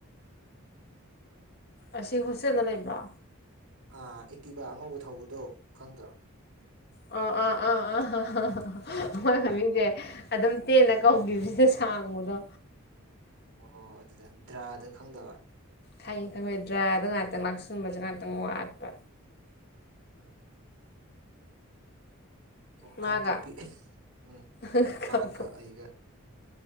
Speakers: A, on the left (about 45°); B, on the right (about 85°).
A: ꯑꯁꯤ ꯍꯣꯁꯦꯜ ꯗ ꯂꯩꯕ꯭ꯔ
B: ꯥꯑꯥ ꯏꯇꯤꯕ ꯑꯉꯧꯕ ꯊꯧꯕꯗꯣ ꯈꯪꯗ꯭ꯔꯣ
A: <unintelligible> ꯃꯥ ꯃꯃꯤꯡꯖꯦ
B: ꯑꯥ
A: ꯑꯗꯨꯝ ꯇꯦꯟꯅ ꯀꯧꯒꯤꯕꯖꯤꯗ ꯁꯥꯡꯕꯗꯣ
B: ꯑꯣ ꯍꯣꯏ ꯍꯣ ꯑꯗꯨꯗ ꯗ꯭ꯔꯥꯗ ꯈꯪꯗꯕ
A: ꯈꯪꯏ ꯈꯪꯍꯣꯏꯗ꯭ꯔꯥ ꯗꯨꯒ ꯉꯥꯛꯇꯪ ꯂꯥꯛꯁꯤꯟꯕꯖꯦ ꯉꯥꯏꯛꯇꯪ ꯋꯥꯠꯄ
B: ꯑ ꯑꯣ
A: ꯃꯥꯒ
B: ꯀꯥꯡꯄꯣꯛꯄꯤ ꯎꯝ
A: ꯀꯥꯡꯄꯣꯛ
B: ꯃꯥꯀ ꯑꯩꯒ